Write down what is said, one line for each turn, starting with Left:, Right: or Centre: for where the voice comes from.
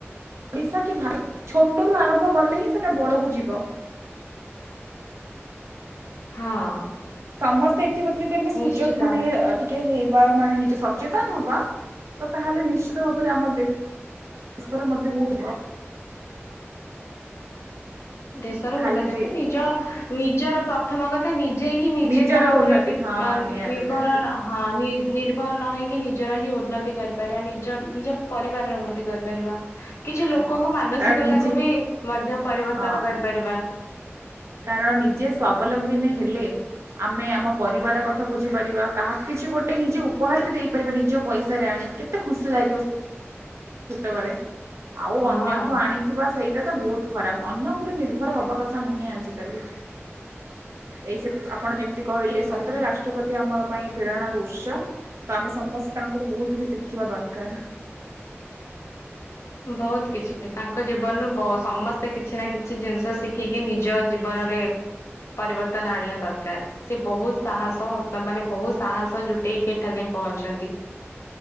Right: ଓଡିଶା କି ଭାରତ ଛୋଟରୁୁ ଆରମ୍ଭ କଲେ ହିଁ ସେଟା ବଡକୁ ଯିବ।
Left: ହଁ।
Right: ସମସ୍ତେ ଏଥିପ୍ରତି ଯଦି ଆମେ ସୁଯୋଗ
Left: ନିଶ୍ଚିତ।
Right: ମାନେ ଅ ଟି କେ ହେବା ମାନେ ନିଜେ ସଚେତନ ହବା। ତ ତାହେଲେ ନିଶ୍ଚିତ ଭାବରେ ଆମ ଦେ ଶରେ ମଧ୍ୟ ବହୁତ
Left: ଦେଶର
Right: ଖାଲି
Left: ଉନ୍ନତି ହବ।
Right: ଯେ
Left: ନିଜ ନିଜର ପ୍ରଥମ କଥା ନି ନିଜେ ହିଁ ନିଜେ
Right: ନିଜର
Left: କାହା ଉପରେ
Right: ଉନ୍ନତି
Left: ଡିପ୍
Right: ହଁ
Left: ନି-ନିର୍ଭର
Right: ନିହାତି ନିହାତି
Left: ହଁ ନି-ନିର୍ଭର ନ ହେଇକି ନିଜର ହିଁ ଉନ୍ନତି କରିପାରବ। ନିଜ ନିଜ ପରିବାରରେ ଉନ୍ନତି କରିପାରିବା। କିଛି
Right: ହଁ
Left: ଲୋକଙ୍କ ମାନସିକତାକୁ
Right: କାରଣ ନିଜେ
Left: ବି ମଧ୍ୟ ପରିବର୍ତ୍ତ
Right: ହଁ
Left: ପରିବା।
Right: କାରଣ ନିଜେ ସ୍ଵାବଲମ୍ବିନ ହେଲେ ଆମେ ଆମ ପରିବାର କଥା ବୁଝିପାରିବା। କାହାକୁ କିଛି ଗୋଟେ ନିଜେ ଉପହାର ବି ଦେଇପାରିବା ନିଜ ପଇସାରେ ଆଣି। ଏତେ ଖୁସି ଲାଗିବ। ସେତେବେଳେ, ଆଉ
Left: ହଁ
Right: ଅନ୍ୟଠୁ ଆଣିଥିବା ସେଇଟା ତ ବହୁତ ଖରାପ, ଅନ୍ୟ ଉପରେ ନିର୍ଭର ହବା କଥା ନୁହେଁ ଆଜିିକାଲି। ଏଇ ସେ, ଆପଣ ଯେମିତି କହିଲେ
Left: ଠିକ
Right: ସତରେ
Left: କଥା।
Right: ରାଷ୍ ରାଷ୍ଟ୍ରପତି ଆମ ପାଇଁ ପ୍ରେରଣାର ଉତ୍ସ, ତ ଆମେ ସମସ୍ତେ ତାଙ୍କଠୁ ବହୁତ କିଛି ଶିଖିବା ଦରକାର।
Left: ବହୁତ କିଛି, ତାଙ୍କ ଜୀବନରୁ ବ ସମସ୍ତେ କିଛି ନା କିଛି ଜିନିଷ ଶିଖିକି ନିଜ ଜୀବନରେ ପରିବର୍ତ୍ତନ ଆଣିବା ଦରକାର, ସେ ବହୁସ୍ ସାହସ
Right: ହଁ।
Left: ତ ମାନେ ବହୁତ ସାହସ ଜୁଟେଇକି ଏଠା ଯାଏଁ ପହଞ୍ଚିଛନ୍ତି।